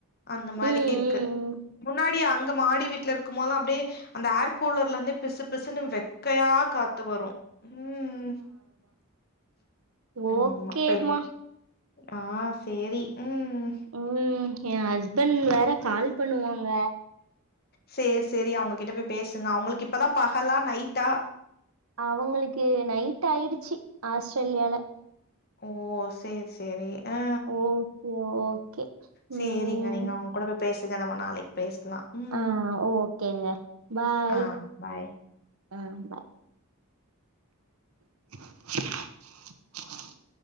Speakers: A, on the left; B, on the right.
A: அந்த மாரி
B: ம்
A: இருக்கு
B: ம்
A: முன்னாடி அங்க மாடி வீட்ல இருக்கும் போதுலா அப்டியே அந்த ஏர் கூலர்ல இருந்தே பிசு பிசுன்னு வெக்கையா காத்து வரு ம் ஆமா
B: ஓகே
A: பே
B: மா
A: ஆ சேரி ம்
B: ம் ஏ ஹஸ்பண்ட் வேற கால் பண்ணுவாங்க
A: சேரி சேரி அவங்ககிட்ட போயி பேசுங்க அவங்களுக்கு இப்பதா பகலா நைட்டா
B: அவுங்களுக்கு நைட் ஆயிடுச்சு ஆஸ்ட்ரேலியால
A: ஓ செரி செரி ஆ
B: ஓகே ஓகே
A: செரிங்க
B: ம்
A: நீங்க அவங் கூட போயி பேசுங்க நம்ம நாளைக்கு பேசலா ம்
B: ஆ ஓகேங்க பாய்
A: ஆ பாய்
B: அ <inaudible>